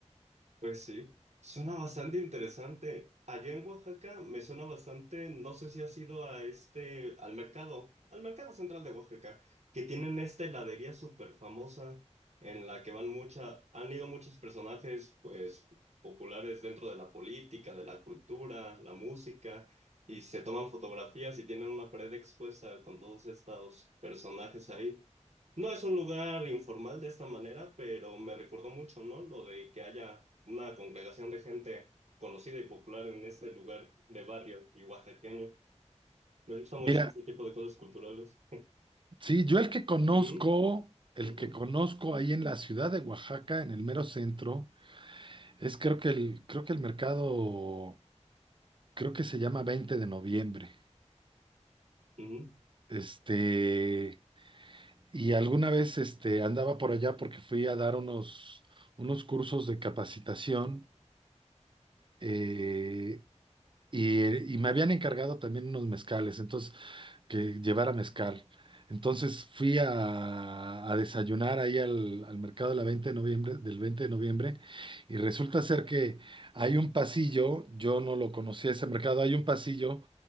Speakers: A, on the right (about 65°); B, on the right (about 45°).
A: Pues sí, suena bastante interesante. Allá en Oaxaca me suena bastante, no sé si has ido a este, al mercado, al mercado central de Oaxaca, que tienen esta heladería súper famosa en la que van mucha, han ido muchos personajes, pues, populares dentro de la política, de la cultura, la música, y se toman fotografías y tienen una pared expuesta con todos estos personajes ahí. No es un lugar informal de esta manera, pero me recordó mucho, ¿no? Lo de que haya una congregación de gente conocida y popular en este lugar de barrio y oaxaqueño. Me gusta mucho
B: Mira,
A: ese tipo de cosas culturales.
B: sí, yo el que conozco,
A: Ujú,
B: el
A: ujú,
B: que conozco ahí en la ciudad de Oaxaca, en el mero centro, es creo que el, creo que el mercado. creo que se llama 20 de noviembre.
A: ujú.
B: Este, y alguna vez este, andaba por allá porque fui a dar unos, unos cursos de capacitación eh, y, y me habían encargado también unos mezcales. Entonces que llevara mezcal. Entonces fui a, a desayunar ahí al, al mercado de la 20 de noviembre, del 20 de noviembre y resulta ser que hay un pasillo, yo no lo conocía ese mercado, hay un pasillo